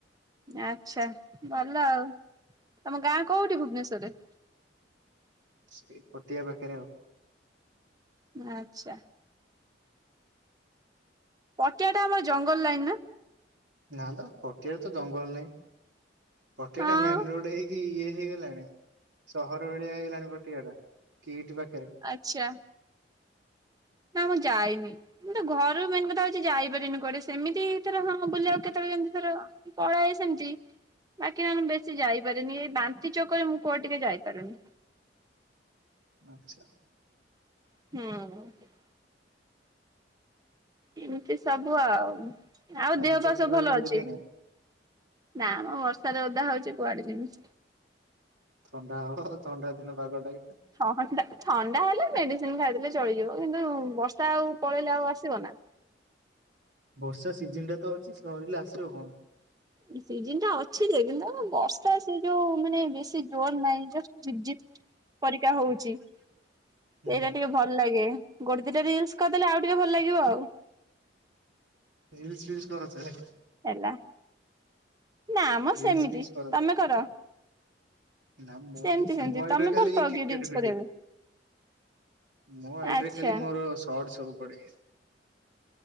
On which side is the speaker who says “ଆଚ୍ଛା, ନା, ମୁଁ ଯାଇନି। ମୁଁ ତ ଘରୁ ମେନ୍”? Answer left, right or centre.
Right